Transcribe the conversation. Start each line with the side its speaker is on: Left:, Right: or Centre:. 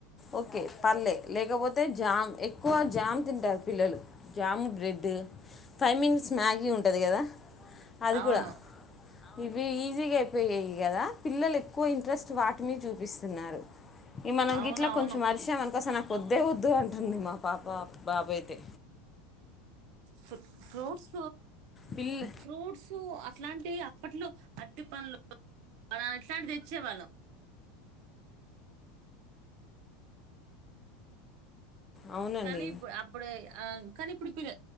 Left: ఓకే పర్లే లేకపోతే జామ్ ఎక్ ఎక్కువ జామ్ తింటారు పిల్లలు jam bread five minutes Maggi ఉంటుంది కదా అది
Right: అవును
Left: కూడా ఇవి జిగే పోయాయి కదా పిల్లలు ఎక్కువ ఇంట్రెస్ట్ వాటిని చూపిస్త ఈ మనం
Right: అవును
Left: ఇట్లా
Right: అవును
Left: కొంచెం ఆరిచామనకో అసలు నాకు వద్దే వద్దు అంటుంది మా ఒక పాప బాబు అయితే
Right: ఫ ఫ్రూట్స్
Left: పిల్ల
Right: ఫ్రూట్స్ అట్లాంటివి అప్పట్లో అట్టి పనులు వా ఇట్లాంటి తెచ్చే వాళ్ళం
Left: అవునండి
Right: కానీ ఇప్పుడ అప్పుడు ఆ కానీ ఇప్పుడు పిల్ల